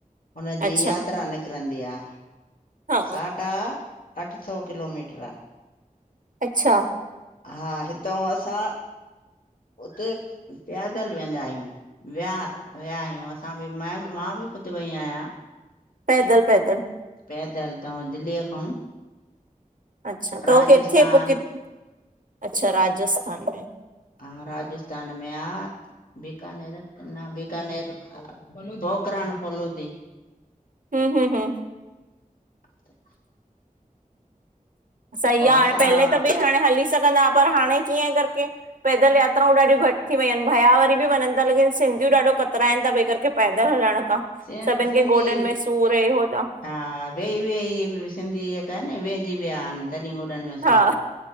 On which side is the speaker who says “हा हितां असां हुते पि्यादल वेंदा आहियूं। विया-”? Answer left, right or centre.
Left